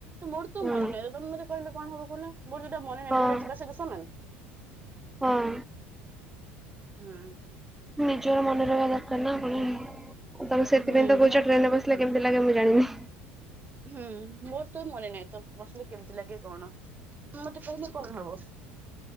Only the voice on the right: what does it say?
ମୋର ତ
ମନେ ନାହିଁ, ତମେ ମତେ କହିଲେ କଣ ହବ କହୁନ? ମୋର ଯଉଟା ମନେ ନାହିଁ
ଯାହାରେ ଯିବା ସହିତ ସମାନ।
ହୁଁ
ହୁଁ
ମୋ
ହୁଁ, ମୋର ତ ମନେ ନାହିଁ ତ ବସିଲେ କେମିତି ଲାଗେ କ'ଣ? ମତେ କହିଲେ କଣ ହବ।